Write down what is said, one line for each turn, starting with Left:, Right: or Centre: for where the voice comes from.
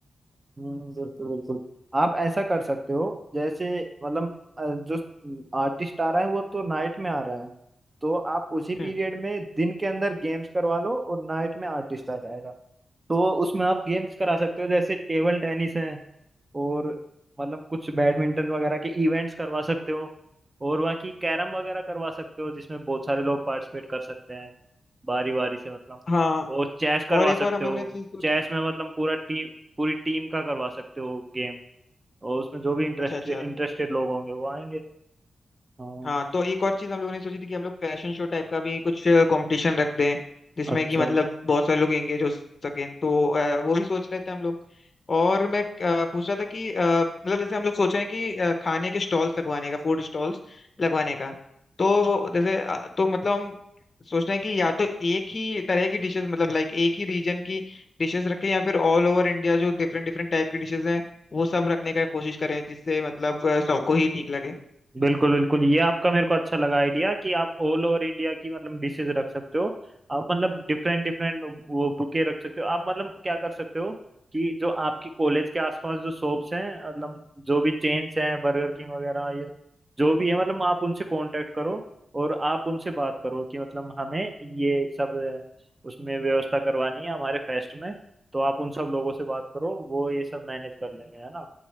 Right: हम्म बिल्कुल बिल्कुल आप ऐसा कर सकते हो जैसे मतलब अ, जो आर्टिस्ट आ रहा है वो तो नाइट में आ रहा है तो आप उसी पीरियड
Left: हम्म
Right: में दिन के अंदर गेम्स करवा लो और नाइट में आर्टिस्ट आ जाएगा तो उसमें आप गेम्स करा सकते हो जैसे टेबल टेनिस है और मतलब कुछ बैडमिंटन वगैरह के इवेंट्स करवा सकते हो और बाकी कैरम वगैरह करवा सकते हो जिसमें बहुत सारे लोग पार्टिसिपेट कर सकते हैं बारी बारी से मतलब
Left: हाँ
Right: और चेस करवा
Left: और एक
Right: सकते
Left: और हम लोगों
Right: हो
Left: ने चीज सोची
Right: चेस में मतलब पूरा टीम पूरी टीम का करवा सकते हो गेम और उसमें जो भी इंटरेस्टेड
Left: अच्छा अच्छा
Right: इंटरेस्टेड लोग होंगे वो आएंगे हाँ
Left: हाँ तो एक और चीज हम लोगों ने सोची थी कि हम लोग फैशन शो टाइप का भी कुछ कंपटीशन रख दें जिसमें
Right: अच्छा
Left: कि मतलब बहुत सारे लोग एंगेज हो सकें तो अ, वो भी सोच रहे थे हम लोग और मैं अ, पूछ रहा था कि अ, मतलब जैसे हम लोग सोच रहे हैं कि अ, खाने के स्टॉल्स लगवाने का फूड स्टॉल्स लगवाने का तो वो जैसे अ, तो मतलब हम सोच रहे हैं कि या तो एक ही तरह की डिशेस मतलब लाइक एक ही रीजन की डिशेस रखें या फिर ऑल ओवर इंडिया जो डिफरेंट डिफरेंट टाइप की डिशेस हैं वो सब रखने का कोशिश करें जिससे मतलब अ, सबको ही ठीक लगे
Right: बिल्कुल बिल्कुल ये आपका मेरे को अच्छा लगा आइडिया कि आप ऑल ओवर इंडिया की मतलब डिशेज रख सकते हो आप मतलब डिफरेंट डिफरेंट वो बुके रख सकते हो आप मतलब क्या कर सकते हो कि जो आपकी कॉलेज के आसपास जो शॉप्स हैं मतलब जो भी चेन्स हैं बर्गर किंग वगैरह ये जो भी है मतलब आप उनसे कांटेक्ट करो और आप उनसे बात करो कि मतलब हमें ये सब अ, उसमें व्यवस्था करवानी है हमारे फेस्ट में तो आप उन सब लोगों से बात करो वो ये सब मैनेज कर लेंगे है ना